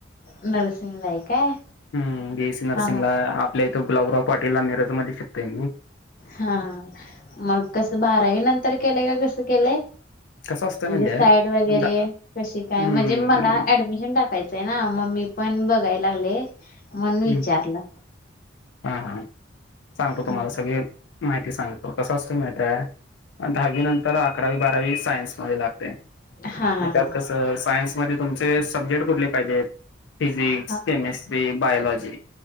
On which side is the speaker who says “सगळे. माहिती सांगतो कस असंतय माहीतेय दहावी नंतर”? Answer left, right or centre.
Left